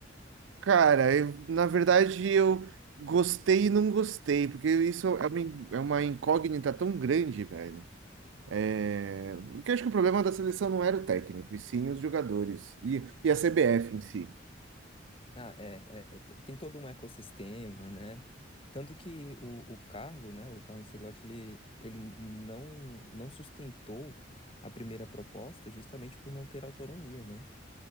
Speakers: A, on the right; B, on the left.
A: Cara, eu- na verdade eu gostei e não gostei, porque isso é uma, in- é uma incógnita tão grande, velho. É, o que eu acho que o problema da seleção não era o técnico, e sim os jogadores e, e a CBF em si.
B: Ah, é, é, te- tem todo um ecossistema, né? Tanto que o, o Carlo, né, o Carlo Ancelotti, ele, ele não, não sustentou a primeira proposta justamente por não ter autonomia, né?